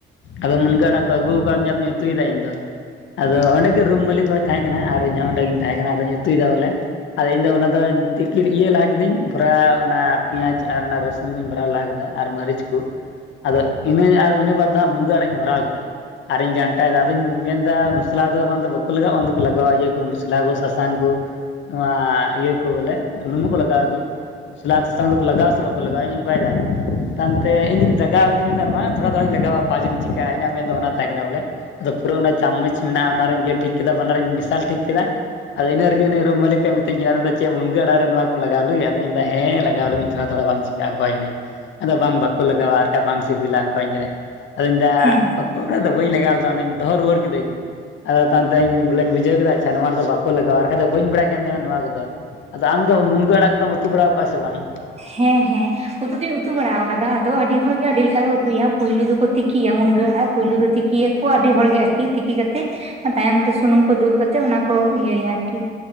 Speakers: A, on the left; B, on the right.
A: ᱟᱫᱚ ᱢᱩᱱᱜᱟᱹ ᱟᱲᱟᱜ ᱠᱚ ᱟᱹᱜᱩᱣ ᱠᱟᱣᱫᱤᱧᱟᱹ ᱟᱫᱚᱧ ᱩᱛᱩᱭᱮᱫᱟ ᱤᱧ ᱫᱚ ᱟᱫᱚ ᱚᱸᱰᱮ ᱜᱮ ᱨᱩᱢ ᱢᱟᱹᱞᱤᱠ ᱦᱚᱸᱭ ᱛᱟᱦᱮᱸ ᱠᱟᱱᱟ ᱟᱨ ᱤᱧ ᱦᱚᱸ ᱚᱸᱰᱮ ᱜᱤᱧ ᱛᱟᱦᱮᱸ ᱠᱟᱱᱟ ᱟᱫᱚᱧ ᱩᱛᱩᱭᱮᱫᱟ ᱵᱚᱞᱮ ᱟᱫᱚ ᱤᱧ ᱫᱚ ᱚᱱᱟ ᱫᱚ ᱛᱤᱠᱤ ᱤᱭᱟᱹ ᱞᱟᱦᱟ ᱠᱤᱫᱟᱹᱧ ᱛᱟᱯᱚᱨᱟ <inaudible> ᱚᱱᱟ ᱯᱮᱸᱭᱟᱡ ᱟᱨ ᱚᱱᱟ ᱨᱟᱥᱩᱱ <inaudible> ᱠᱩᱧ <inaudible> ᱵᱷᱚᱨᱟᱣ ᱞᱟᱦᱟ ᱠᱮᱫᱟ ᱟᱨ ᱢᱟᱹᱨᱤᱪ ᱠᱚ ᱟᱫᱚ ᱤᱱᱟᱹ ᱟᱨ ᱤᱱᱟᱹ ᱵᱟᱫᱽ ᱫᱚ ᱦᱟᱸᱜ ᱢᱩᱱᱜᱟᱹ ᱟᱲᱟᱜ ᱤᱧ ᱵᱷᱚᱨᱟᱣ ᱠᱮᱫᱟ᱾ ᱟᱨᱤᱧ ᱜᱷᱟᱱᱴᱟᱭᱮᱫᱟ ᱟᱫᱚᱧ ᱢᱮᱱᱫᱟ ᱢᱚᱥᱞᱟ ᱫᱚ ᱵᱟᱝᱫᱚ ᱵᱟᱠᱚ ᱞᱟᱜᱟᱜᱼᱟ ᱞᱟᱜᱟᱣᱟ ᱤᱛᱟᱹ ᱠᱚ ᱢᱚᱥᱞᱟ ᱠᱚ ᱥᱟᱥᱟᱝ ᱠᱚ ᱱᱚᱶᱟ ᱤᱭᱟᱹ ᱠᱚ ᱵᱚᱞᱮ ᱵᱩᱞᱩᱝ ᱫᱚ ᱠᱚ ᱞᱟᱜᱟᱣ ᱜᱮ ᱥᱩᱞᱟᱨ ᱥᱟᱥᱟᱝ ᱫᱚᱠᱚ ᱞᱟᱜᱟᱣᱟ ᱥᱮ ᱵᱟᱠᱚ ᱞᱟᱜᱟᱣᱟ ᱤᱧ ᱚᱱᱠᱟᱭᱮᱫᱟᱭ ᱛᱟᱭᱚᱢ ᱛᱮ ᱤᱧ ᱫᱩᱧ ᱞᱟᱜᱟᱣ ᱤᱧ ᱫᱩᱧ ᱢᱮᱱᱫᱟ ᱵᱟᱝ ᱛᱷᱚᱲᱟ ᱫᱷᱟᱣ ᱤᱧ ᱞᱟᱜᱟᱣᱟ ᱯᱟᱸᱪᱚᱱᱤᱧ <unintelligible> ᱪᱤᱠᱟᱹᱜᱼᱟ ᱤᱧᱟᱹᱜ ᱢᱮᱱᱫᱚ ᱚᱱᱟ ᱛᱟᱦᱮᱸ ᱠᱟᱱᱟ ᱵᱚᱞᱮ ᱟᱫᱚ ᱯᱩᱨᱟᱹ ᱚᱱᱟ ᱪᱟᱢᱚᱪ ᱢᱮᱱᱟᱜᱼᱟ ᱚᱱᱟᱨᱮᱧ ᱤᱭᱟᱹ ᱴᱷᱤᱠ ᱠᱮᱫᱟ ᱵᱟᱱᱟᱨᱤᱧ ᱢᱮᱥᱟ ᱴᱷᱤᱠ ᱠᱮᱫᱟ ᱟᱫᱚ ᱤᱱᱟᱹ ᱨᱮᱜᱮ ᱩᱱᱤ ᱨᱩᱢ ᱢᱟᱹᱞᱤᱠ ᱮ ᱢᱤᱛᱟᱹᱧ ᱠᱟᱱᱟ ᱟᱫᱚ ᱪᱮᱫ ᱢᱩᱱᱜᱟᱹ ᱟᱲᱟᱜ ᱨᱮ ᱱᱚᱣᱟ ᱠᱚᱢ ᱞᱟᱜᱟᱣ ᱞᱟᱹᱜᱤᱫ ᱟᱫᱚᱧ ᱢᱮᱱᱫᱟ ᱦᱮ ᱞᱟᱜᱟᱣ ᱞᱟᱹᱜᱤᱫ ᱤᱧ ᱛᱷᱚᱲᱟ ᱛᱷᱟᱲᱟ ᱵᱟᱝ ᱪᱤᱠ ᱚᱝᱠᱟᱣᱟᱣ ᱠᱟᱹᱱᱟᱹᱧ ᱟᱫᱚ ᱵᱟᱝ ᱵᱟᱠᱚ ᱞᱟᱜᱟᱣᱟ ᱟᱨ ᱠᱷᱟᱡ ᱵᱟᱝ ᱥᱤᱵᱤᱞᱟ ᱚᱝᱠᱟᱣᱟᱹᱧ ᱠᱟᱱᱟᱭ ᱟᱫᱚᱧ ᱢᱮᱱᱫᱟ
B: ᱦᱮᱸ
A: ᱵᱟᱠᱚ ᱟᱫᱚ ᱵᱟᱹᱧ ᱞᱟᱜᱟᱣ ᱞᱮᱫᱟ ᱚᱱᱟᱧ ᱫᱚᱦᱚ ᱨᱩᱣᱟᱹᱲ ᱠᱤᱫᱟᱹᱧ ᱟᱫᱚ ᱛᱟᱭᱚᱢ ᱛᱮ ᱤᱧ ᱵᱚᱞᱮᱧ ᱵᱩᱡᱟᱹᱣ ᱠᱮᱫᱟ ᱟᱪᱪᱷᱟ ᱱᱚᱣᱟ ᱨᱮ ᱫᱚ ᱵᱟᱠᱚ ᱞᱟᱜᱟᱣᱟ ᱵᱟᱠᱷᱟᱡ ᱫᱚ ᱵᱟᱹᱧ ᱵᱟᱲᱟᱭ ᱠᱟᱱ ᱛᱟᱦᱮᱱᱟ ᱱᱚᱣᱟ ᱠᱚ ᱫᱚ ᱟᱫᱚ ᱟᱢ ᱫᱚ ᱢᱩᱱᱜᱟᱹ ᱟᱲᱟᱜ ᱠᱚᱫᱚᱢ ᱩᱛᱩ ᱵᱟᱲᱟᱣ ᱟᱠᱟᱜᱼᱟ ᱥᱮ ᱵᱟᱝ?...
B: ᱦᱮᱸ ᱦᱮᱸ ᱩᱛᱩ ᱫᱚᱧ ᱩᱛᱩ ᱵᱟᱲᱟᱣ ᱟᱠᱟᱫᱟ ᱟᱫᱚ ᱟᱹᱰᱤ ᱦᱚᱲᱜᱮ ᱟᱹᱰᱤ ᱞᱮᱠᱟ ᱠᱚ ᱩᱛᱩᱭᱟ ᱯᱩᱭᱞᱩ ᱫᱚᱠᱚ ᱛᱤᱠᱤᱭᱟ ᱢᱩᱱᱜᱟᱹ ᱟᱲᱟᱜ ᱯᱩᱭᱞᱩ ᱫᱚ ᱛᱤᱠᱤ ᱤᱭᱟᱹᱠᱚᱣᱟᱜ ᱟᱹᱰᱤ ᱦᱚᱲᱜᱮ ᱟᱨᱠᱤ ᱛᱤᱠᱤ ᱠᱟᱛᱮᱫ ᱛᱟᱭᱚᱢ ᱛᱮ ᱥᱩᱱᱩᱢ ᱠᱚ ᱫᱩᱞ ᱠᱟᱛᱮ ᱚᱱᱟ ᱠᱚ ᱤᱭᱟᱹᱭᱟ ᱟᱨᱠᱤ